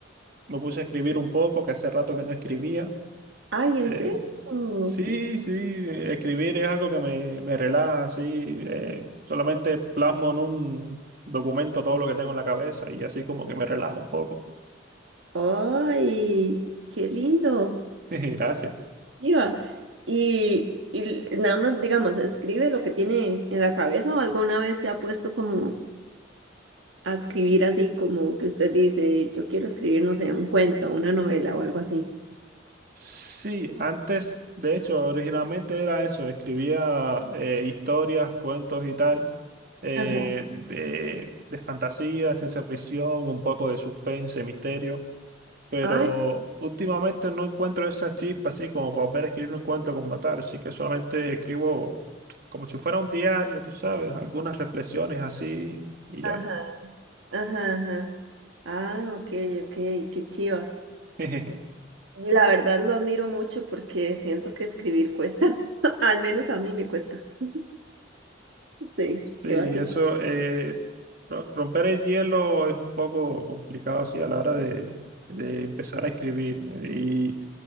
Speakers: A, on the right; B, on the right.
A: me puse a escribir un poco, que hace rato que no escribía.
B: Ay,
A: Eh,
B: ¿en serio?
A: sí,
B: Qué
A: sí, escribir es algo que me, me relaja, así eh, solamente plasmo en un documento todo lo que tengo en la cabeza y así como que me relaja un poco.
B: ¡Ay! ¡Qué lindo!
A: <laughs> Gracias.
B: Iba. Y, y nada más, digamos, escribe lo que tiene en la cabeza o alguna vez se ha puesto como a escribir así, como que usted dice, yo quiero escribir, no sé, un cuento, una novela o algo así.
A: Sí, antes, de hecho, originalmente era eso, escribía eh, historias, cuentos y tal, eh,
B: Ajá.
A: de, de fantasía, ciencia ficción, un poco de suspense, misterio, pero
B: Ay,
A: últimamente no encuentro esa chispa así como para volver a escribir un cuento como tal, así que solamente escribo como si fuera un diario, tú sabes, algunas reflexiones así y ya.
B: ajá, ajá, ajá. Ah, ok, ok, qué chiva.
A: <laughs>
B: La verdad lo admiro mucho porque siento que escribir cuesta. <laughs> Al menos a mí me cuesta. <laughs> Sí, qué
A: Sí,
B: vacilón.
A: eso, eh, ro- romper el hielo es un poco complicado, sí, a la hora de, de empezar a escribir. Y